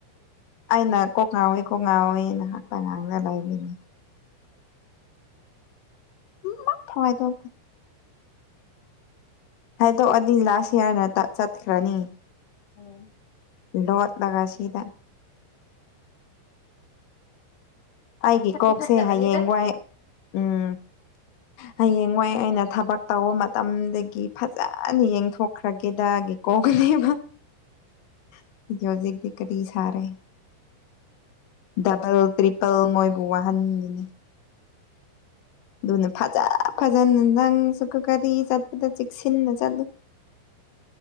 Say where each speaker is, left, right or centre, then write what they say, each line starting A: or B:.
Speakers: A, on the left (about 75°); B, on the left (about 55°).
A: ꯑꯩꯅ ꯀꯣꯛ ꯉꯥꯎꯋꯤ ꯀꯣꯛ ꯉꯥꯎꯋꯤ ꯉꯥꯏꯍꯥꯛꯇꯪ ꯉꯥꯡꯅ ꯂꯩꯕꯅꯤ ꯑꯃꯐꯥꯎ ꯍꯥꯏꯗꯣꯛꯇꯦ ꯍꯥꯏꯗꯣꯛꯑꯗꯤ ꯂꯥꯁ ꯏꯌꯔ ꯉꯥꯇ ꯆꯠꯈ꯭ꯔꯅꯤ
B: ꯎꯝ
A: ꯂꯣꯠꯂꯥꯒ ꯁꯤꯗ ꯑꯩꯒꯤ
B: ꯐꯠꯇꯤ
A: ꯀꯣꯛꯁꯦ
B: ꯐꯠꯇꯕꯅꯤꯗ
A: ꯍꯌꯦꯡ ꯋꯥꯏ ꯎꯝ ꯍꯌꯦꯡꯋꯥꯏ ꯑꯩꯅ ꯊꯕꯛ ꯇꯧꯕ ꯃꯇꯝꯗꯒꯤ ꯐꯖꯅ ꯌꯦꯡꯊꯣꯛꯈ꯭ꯔꯒꯦꯗꯥꯒꯤ <unintelligible> <unintelligible> ꯖꯤꯛꯇꯤ ꯀꯔꯤ ꯁꯥꯔꯦ ꯗꯕꯜ ꯇ꯭ꯔꯤꯄꯜ ꯃꯣꯏꯕꯨ ꯋꯥꯍꯟꯒꯅꯤ ꯑꯗꯨꯅ ꯐꯖ ꯐꯖꯅ ꯅꯪꯁꯨ ꯒ ꯒꯔꯤ ꯆꯠꯄꯗ ꯆꯦꯛꯁꯤꯟꯅ ꯆꯠꯂꯨ